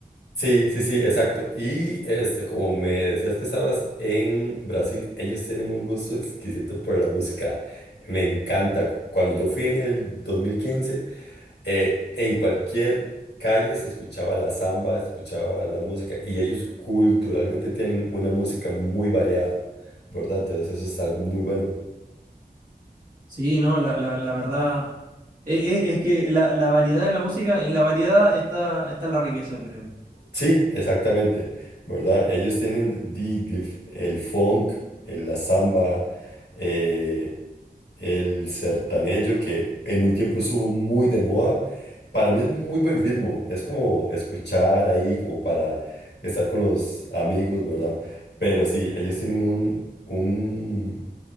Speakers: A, on the left; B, on the right.
A: Sí, sí, sí, exacto. Y este, como me decías que estabas en Brasil, ellos tienen un gusto exquisito por la música. Me encanta. Cu- Cuando yo fui en el 2015, eh, en cualquier calle se escuchaba la samba, se escuchaba la música y ellos culturalmente tienen una música muy variada, ¿verdad? Entonces eso es algo muy bueno.
B: Sí, no, la, la, la verdad. e- e- Es, que la, la variedad de la música, en la variedad está, está la riqueza, creo yo.
A: Sí, exactamente, ¿verdad? Ellos tienen di- dif- el funk, el- la samba, eh, el sertanejo, que en un tiempo estuvo muy de moda. Para mí es muy buen ritmo, es como escuchar ahí, como para estar con los amigos, ¿verdad? Pero sí, ellos tienen un, un,